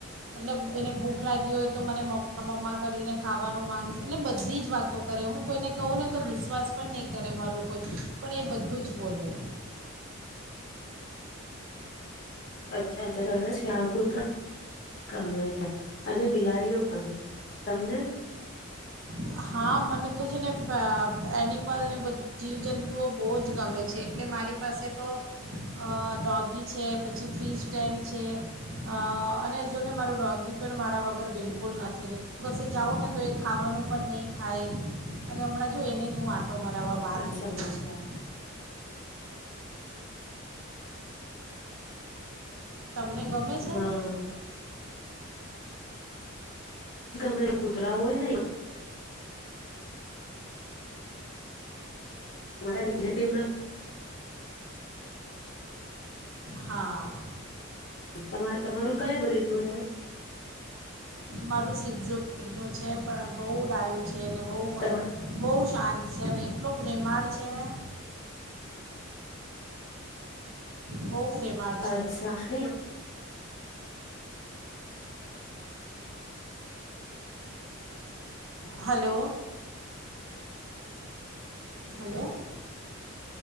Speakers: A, on the right (about 70°); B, on the left (about 50°).
A: મતલબ એને ભૂખ લાગી હોય તો મને મમ્મા મમ્મા કરીને ખાવાનું માંગશે એટલે બધ. બધી જ વાતો કરે હું કોઈને કહું ને તો વિશ્વાસ પણ નહીં કરે મારું કોઈ, પણ એ બધું જ બોલે.
B: અચ્છા અચ્છા સરશ કુતરા. ગમે છે અને. બિલાડીઓ પણ. તમને?
A: હા, મને તો છે ને પ એનિમલ ને બધુ જીવજંતુઓ બોવ જ ગમે છે. એટલે મારી પાસે તો અ ડોગી છે, પછી ફિશ ટેંગ છે અ અને જોને મારો ડોગી પણ મારા વગર બિલકુલ નથી રે કસે જાઉં ને તો એ ખાવાનું પણ નહીં ખાય, અને હમણાં જો એને જ હું આ ટો મરાવા બાર
B: અચ્છા
A: નીકળી છું. તમને ગમે છે?
B: હા ગમે કુતરા હોય નય. તમારા રિલેટિવના
A: હા
B: તમા તમારું કયા બ્રીડ નું છે?
A: મારું સિકઝૂ ડનું છે, પણ બોવ ડાયુ છે ને બોવ મ
B: તમા
A: બોવ શાંત છે અને એટલો પ્રેમાળ છે ને. બોવ પ્રેમાળ છે.
B: અચ્છા નહી
A: હલો. Hello,